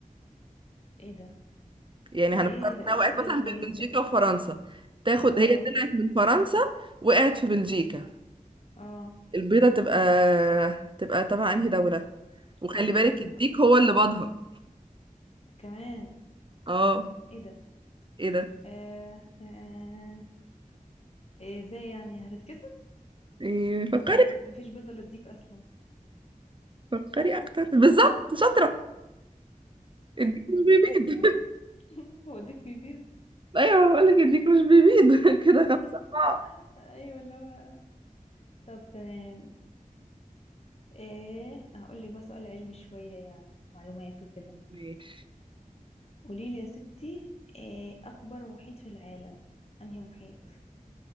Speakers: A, on the left; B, on the right.
A: ايه ده
B: يعني
A: ايه
B: هنفترض
A: إيه ده ايه
B: انها
A: السؤال
B: وقعت مثلا
A: الغريب
B: بين بلجيكا
A: ده
B: وفرنسا تاخد
A: اه
B: هي طلعت من فرنسا وقعت في بلجيكا
A: اه
B: البيضة تبقى تبقى تبع انهي دولة؟ وخلي
A: البيضة
B: بالك
A: هتبقى
B: الديك هو اللي باضها
A: كمان
B: اه
A: ايه ده
B: ايه ده؟
A: آه آه آه. إيه ازاي يعني هتتكسر
B: إيه فكري
A: ولا مفيش بيضة للديك أصلا
B: فكري اكتر
A: أيوة.
B: بالظبط شاطرة الديك مش بيبيض <laughs>
A: <laughs> وديك في بيز
B: ايوه بقول لك الديك مش بيبيض <laughs> كده
A: <laughs>
B: خمسة أربعة
A: ايوه اللي هو طب تمام ايه هقول لك بقى سؤال علمي شويه يعني معلومات وكده
B: ماشي
A: قولي لي يا ستي إيه اكبر محيط في العالم انهي محيط